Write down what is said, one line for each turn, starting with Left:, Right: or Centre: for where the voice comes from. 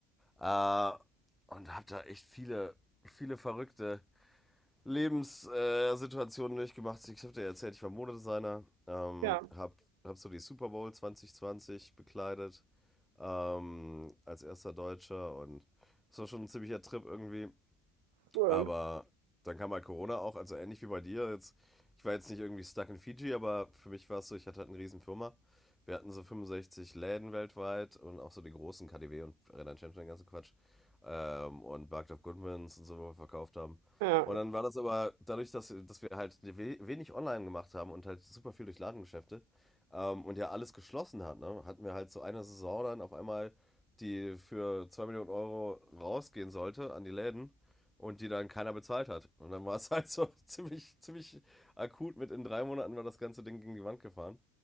Centre: Äh, und habe da echt viele, viele verrückte Lebenssituationen durchgemacht. Ich habe dir ja erzählt, ich war Modedesigner, ähm,
Right: Ja,
Centre: habe hab so die Super Bowl 2020 bekleidet ähm, als erster Deutscher und es war schon ein ziemlicher Trip irgendwie.
Right: cool.
Centre: Aber dann kam halt Corona auch, also ähnlich wie bei dir. Jetzt, ich war jetzt nicht irgendwie stuck in Fiji, aber für mich war es so, ich hatte halt eine riesen Firma. Wir hatten so 65 Läden weltweit und auch so die großen KDW und Renan Champion, den ganzen Quatsch. Ähm, und Barked of Goodmans und so, wo wir verkauft haben.
Right: Ja.
Centre: Und dann war das aber dadurch, dass, dass wir halt we- wenig online gemacht haben und halt super viel durch Ladengeschäfte ähm, und ja alles geschlossen hat, ne, hatten wir halt so eine Saison dann auf einmal, die für 2 Millionen Euro rausgehen sollte an die Läden und die dann keiner bezahlt hat. Und dann war es <laughs> halt so ziemlich, ziemlich akut mit in drei Monaten war das ganze Ding gegen die Wand gefahren.